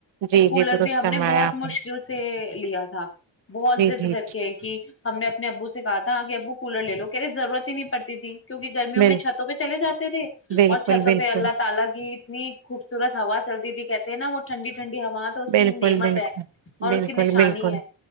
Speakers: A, on the right; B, on the left.
A: جی
B: ایک کولر
A: جی درست
B: بھی ہم
A: فرمایا
B: نے بہت
A: آپ
B: مشکل
A: نے
B: سے لیا تھا بہت
A: جی
B: زضد
A: جی
B: کر کے ایک کہی ہم نے اپنے ابو سے کہا تھا کہ ابو کولر لے لو کہے ضرورت ہی نہیں پڑتی تھی کیونکہ گرمیوں
A: بال
B: میں چھتوں پہ چلے جاتے تھے
A: بالکل
B: اور چھتوں
A: بالکل
B: پہ اللہ تعالا کی اتنی خوبصورت ہوا چلتی ت کہتے ہیں نا وہ ٹنڈی ٹھنڈی ہوا تو اس
A: بالکل
B: کی نعمت
A: بالکل
B: ہے اور
A: بالکل
B: اس کی نشانی
A: بالکل
B: ہے